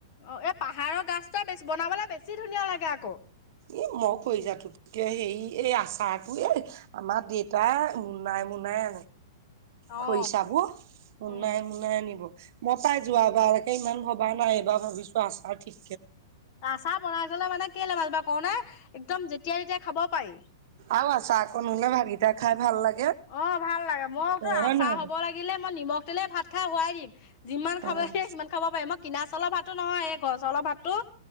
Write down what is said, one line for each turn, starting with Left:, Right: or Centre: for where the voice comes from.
Left: অ এই পাহাৰৰ গাজ টো বেছ বনাবলে বেছি ধুনীয়া লাগে আকৌ
Right: উ মই কৰি যাতো তেতিয়া হেৰি এই আচাৰটো এ আমাৰ দেউতাই মুনাই মুনাই খৰিচাবোৰ
Left: অ।
Right: মোনাই
Left: উম
Right: মোনাই আনিব মই পাই যোৱাবাৰকে ইমান ভবা নাই এইবাৰ ভাবিছো আচাৰ ঠিক
Left: আচা বনাই থলে মানে কেলে মাাজু বাই কও নাই একদম যেতিয়া তেতিয়া খাব পাৰি।
Right: আৰু আছা আকৌ নহলে ভাতগিটা খাই ভাল লাগে
Left: অ ভাল লাগে মই তোৰ
Right: হয়
Left: আচাৰ
Right: নহয়
Left: হব লাগিলে মই নিমখ তেলেই ভাত খাই শোৱাই দিম যিমান খাব
Right: অ',
Left: কিমান খাব পাৰে আমাক কিনা চাউলৰ ভাতো নহয় এই ঘৰ চাউলৰ ভাতটোো